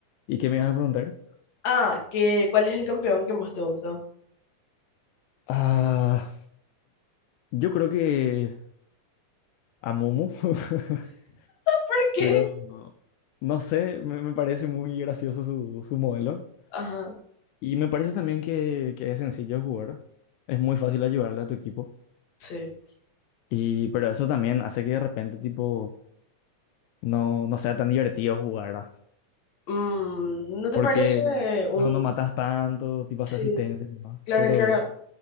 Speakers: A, on the left (about 80°); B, on the left (about 60°).
A: ¿Y qué me ibas a preguntar?
B: Ah, que, ¿cuál es el campeón que más te gusta? <laughs>
A: Ah, yo creo que a Momo, <laughs>
B: ¿Por qué?
A: pero no sé, me, me parece muy gracioso su, su modelo.
B: Ajá,
A: Y me parece también que, que es sencillo jugar. Es muy fácil ayudarle a tu equipo.
B: sí.
A: Y, pero eso también hace que de repente, tipo, no, no sea tan divertido jugar, ¿verdad?
B: Mm, ¿no te
A: Porque
B: parece un...
A: no, no matas tanto, tipo,
B: Sí,
A: haces asistencia nomás.
B: claro,
A: Pero
B: claro.